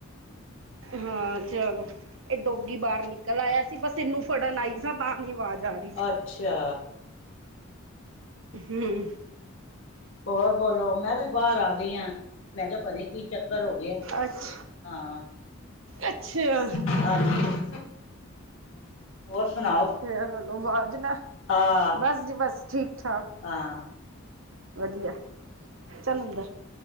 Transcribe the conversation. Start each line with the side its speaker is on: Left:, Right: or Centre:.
Right: ਹਾਂ ਚਲੋ ਇਹ ਡੋਗੀ ਬਾਹਰ ਨਿਕਲ ਆਇਆ ਸੀ ਬਸ ਇਹਨੂੰ ਫੜਨ ਆਈ ਸ ਤਾਂ ਨੀ ਆਵਾਜ਼ ਆ ਰਹੀ ਸੀ
Left: ਅੱਛਾ
Right: ਹਮ
Left: ਹੋਰ ਬੋਲੋ ਮੈਂ ਵੀ ਬਾਹਰ ਆ ਗਈ ਆ ਮੈਂ ਕਿਹਾ ਪਤਾ ਕੀ ਚੱਕਰ ਹੋ ਗਿਆ।
Right: ਅੱਠ
Left: ਹਾਂ
Right: ਅੱਛਾ
Left: ਹਾਂਜੀ ਹੋਰ ਸੁਣਾਓ
Right: ਅੱਛਾ ਹੈਲੋ ਆਵਾਜ਼ ਨਾ
Left: ਹਾਂ
Right: ਬਸ ਜੀ ਬਸ ਠੀਕ ਠਾਕ
Left: ਹਾਂ
Right: ਵਧੀਆ ਚੱਲ ਅੰਦਰ